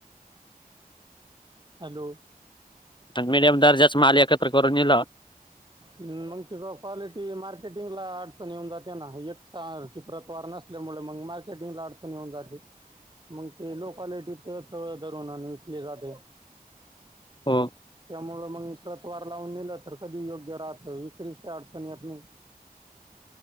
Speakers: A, on the right; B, on the left.
A: हॅलो
B: अन मिडीयम दर्जाचा माल एकत्र करून नेलाव.
A: मग तुझ्या क्वालिटी मार्केटिंगला अडचण येऊन जाते ना, एक सा रखी प्रतवार नसल्यामुळे, मग मार्केटिंगला अडचणी येऊन जाते. मग ते लो क्वालिटीत सगळं दर <unintelligible> जाते.
B: हो.
A: त्यामुळं मग प्रतवार लावून नेलं, तर कधी योग्य राहतं. विक्रीत काय अडचण येतं नाही.